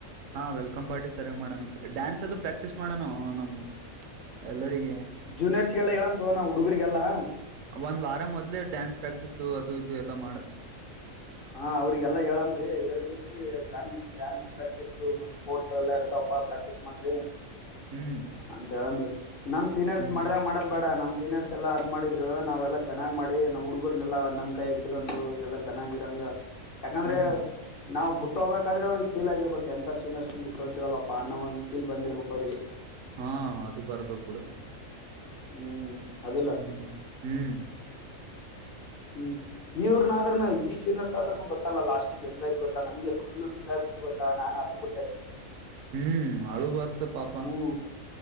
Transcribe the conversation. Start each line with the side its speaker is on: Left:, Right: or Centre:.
Right: ಹಾ ವೆಲ್ಕಮ್ ಪಾರ್ಟಿಸ್ ಸರ್ ಮೇಡಮ್ ಈ ಡ್ಯಾನ್ಸ್ ಅದು ಪ್ರಾಕ್ಟೀಸ್ ಮಾಡೋಣ ನಮ್ಮ್ ಎಲ್ಲಗ
Left: ಜೂನಿಯರ್ಸ್ ಗೆಲ್ಲ ಹೇಳ ತೋ ನಾವ ಹುಡುಗರ್ರಿಗೆಲ್ಲಾ
Right: ಒಂದ್ ವಾರ ಮೊದ್ೇ ಡ್ಯಾನ್ಸ್ ಪ್ರಾಕ್ಟೀಸು ಅದು ಇದು ಎಲ್ಲ ಮಾಡೋಣ
Left: ಹಾ ಅವ್ರಿಗೆಲ್ಲಾ ಹೇಳಮ್ರಿ ಎಳ್ಗಿಸಿ ಡ್ರಾಂಗ್ ಡ್ಯಾನ್ಸ್ ಪ್ರಾಕ್ಟೀಸ್ ಮ ಸ್ಪೋರ್ಸ್ ಎಲ್ಲಾ ಇರ್ತಾವ ಪ್ರಾಕ್ಟೀಸ್ ಮಾಡ್ರಿ
Right: ಹ್ಮ್
Left: ಅಂತ ಹೇಳಿ ನಮ್ ಸೀನಿಯರ್ಸ್
Right: ಹ್ಮ್
Left: ಮಾಡ್ದಾಗ ಮಾಡದ್ ಬೇಡ ನಮ ಸೀನಿಯರ್ಸ್ ಎಲ್ಲ ಅದ್ ಮಾಡಿದರು ನಾವೆಲ್ಲಾ ಚೆನ್ನ್ ಮಾಡಿ ನಾವ್ ಹುಡುಗರ್ನ್ನನೆಲ್ಲ ನಮ್ ಕೈಿಟ್ಕೊಂಡು ಎಲ್ಲಾ ಚೆನ್ನ ಂಗ ಯಾಕಂದ್ರೆ
Right: ಹ್ಮ್
Left: ನಾವು ಬಿಟ್ಟ ಹೋಗಬೇಕಾದ್ರೆ ಅವ್ರಿಗೆ ೀಲ್ ಆಗಿರ್ಬೇಕಕ್ ಎಂತ ಸೀನರ್ಸ್ ಬ ಬಿಟ್ಟು ಹೊ ಅಂತೀವಲ್ಲಪ್ಪ ಅನ್ನೋ ಒಂದುಫೀಲ್ ಬಂದಿರ್ಬೇಕು ಅವ್ರಿಗೆ
Right: ಹಾ ಅದು ಬರ್ಬಕ್ ಬಿಿಡು
Left: ಹ್ಮ್ ಅದಿಲ್ಲ
Right: ಹ್ಮ್ ಹ್ಮ್
Left: ಹ್ಮ್ ಇವ್ರನ ಆದ್ರೂ ಈ ಸ್ವಿನರ್ಸ್ ಆದ್ರೂ ಗೊತ್ತಲ್ಲ ಲಾಸ್ಟಿಗೆ ಹೆಂಗಾಯ್ತು ಗೊತ್ತಾ ನನಗೆ ಫುಲ್ ಫಿಲ್ ಆ ಕೊೊತಾ ನಾನು ಹತ್ ಬಿಿಟ್ಟೆ
Right: ಹ್ಮ್ ಅಳು ಬರ್ತ ಪಾಪ
Left: ಹ್ಮ್